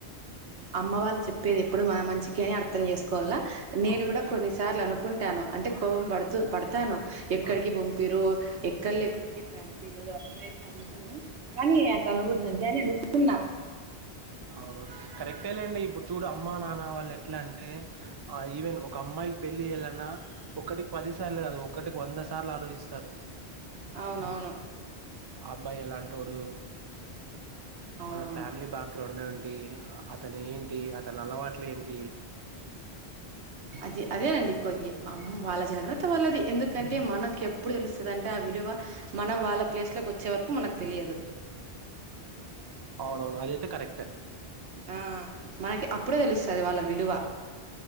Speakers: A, on the right; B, on the right.
A: అమ్మ వాళ్ళు చెప్పేది ఎప్పుడు మన మంచికే అని అర్థం చేసుకోవాల నేను
B: అవును.
A: కూడా కొన్నిసార్లు అనుకుంటాను అంటే కోపం పడుతూ పడు తాను ఎక్కడికి
B: ఆ!
A: పంపిరు ఎక్కడ
B: హ్మ్.
A: లే మీకు ఆడపిల్లలు అట్లా ఇట్లా అంటాను కానీ ఏ అట్లా అనకూడదండి
B: హ్మ్.
A: అని అనుకుంటన్నా
B: అవును కరెక్టే లేండి ఇప్పుడు చూడు అమ్మా నాన్న వాళ్ళు ఎట్లా అంటే ఈవెన్ ఒక అమ్మా అమ్మయికి పెళ్లి చేయళ్ళన్నా ఒక్కటి పది సార్లు కాదు ఒక్కటికి వంద సార్లు ఆలోచిస్తారు.
A: అవునవును
B: అబ్బాయి ఎలాంటోడు
A: అవునవును
B: వాళ్ళ ఫ్యామిలీ బాగా రొండంటి అతను ఏంటి అతని అలవాట్లు ఏంటి
A: అది అదేనండి కొయ్యి అమ్ వాళ్ళ జాగ్రత్త వాళ్లది ఎందుకంటే మనకి ఎ ప్పుడు తెలుస్తుందంటే ఆ విలువ మనం వాళ్ళ ప్లేస్లోకి వచ్చే వరకు మనకు తెలియదు.
B: అవునవును అది అయితే కరెక్టే
A: ఆ మనకి అప్పుడే తెలుస్తది వాళ్ళ విలువ